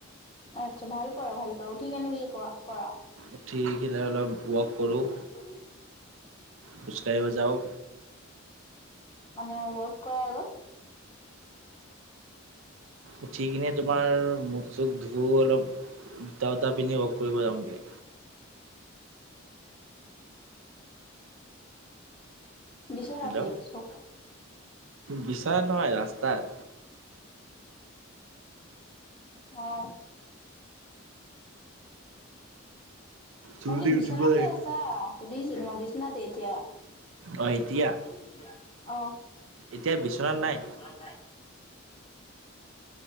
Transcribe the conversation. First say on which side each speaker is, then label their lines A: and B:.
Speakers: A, on the left (about 25°); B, on the right (about 65°).
A: আচ্ছা, ভাল কৰা, ভাল কৰা। উঠি কেনে কি কৰা কৰা?
B: উঠি কিনে অলপ ৱাক কৰোঁ।
A: আৰু
B: খোজ কাঢ়িব যাওঁ।
A: মানে, ৱৰ্ক কৰাৰ আগত।
B: উঠি কিনে তোমাৰ, মুখ-চুখ ধু অলপ, জোতা চোটা পিন্ধি, ৱক কৰিব যাওঁগে।
A: <unintelligible> বিছনাতে,
B: হেল্ল'।
A: ছটা
B: বিচনাত নহয়, ৰাস্তাত।
A: অ
B: জল্দি
A: মই যে, বিচনাতে
B: উঠিব লাগে।
A: আছা, সুধিছো তোমাক বিচনাতে এতিয়া?
B: অ এতিয়া
A: অ', এতিয়া অ
B: এতিয়া বিচনাত
A: এতিয়া
B: নাই।
A: বিচনাত নাই।